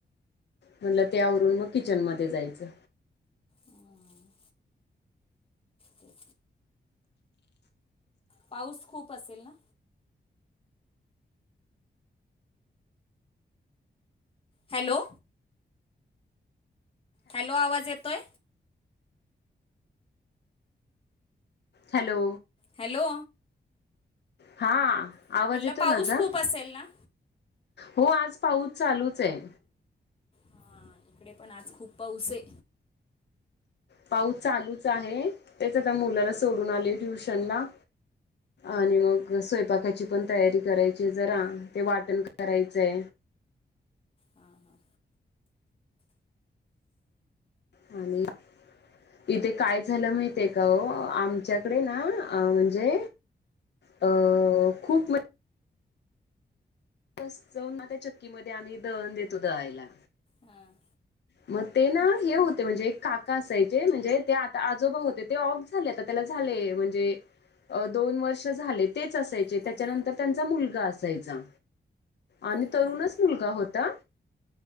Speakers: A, on the left; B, on the left.
A: म्हणलं त्यांवरूंन मगं किचनमध्यें जायचं
B: हम्मं ते पाऊस खूंप असेल नां हॅलो हॅलो आवांज येतोय
A: हॅलो
B: हॅलो
A: हां
B: म्हणलं
A: आवांज येतोय
B: पाऊस
A: माझां
B: खूप असेल ना
A: हो आंज पाऊस चालूंच आहे.
B: हां इकडे पणं आंज खूंप पाऊस आहे.
A: पाऊस चालूं चं आहे. तेचं आंता मुलांला सोडूंन आलें ट्युंशन लां आणि मगं स्वयंपाकांची पणं तयारी करांयची जरां ते वाटणं करायचंय
B: हां हां
A: हम्मं इथे कायं झालं माहितयं कां आमच्यांकडे नां म्हणजे अं खूंप बसं जाऊंन आंता त्या चक्कीमध्यें आम्हीं दळंण देतो दळांयला
B: हां
A: मगं ते नां हे होते म्हणजे एक काका असायचे म्हणजे ते आंता आजोबा होते ते ऑफ झाले आंता त्यांला झाले म्हणजे अं दोन वर्ष झाले तेचं असांयचे
B: हां
A: त्याच्यानंतर त्यांचा मुलंगा असांयचा आणि
B: हां
A: तरुंणचं
B: हां
A: मुलंगा होतां